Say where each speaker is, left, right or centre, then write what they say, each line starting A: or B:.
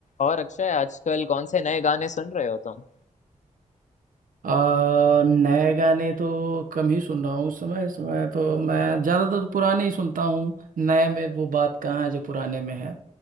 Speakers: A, on the left; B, on the right.
A: और अक्षय आजकल कौन से नए गाने सुन रहे हो तुम
B: आ, नए गाने तो कम ही सुन रहा हूँ उस समय इस समय तो मैं ज्यादातर तो पुराने ही सुनता हूँ नए में वो बात कहाँ है जो पुराने में है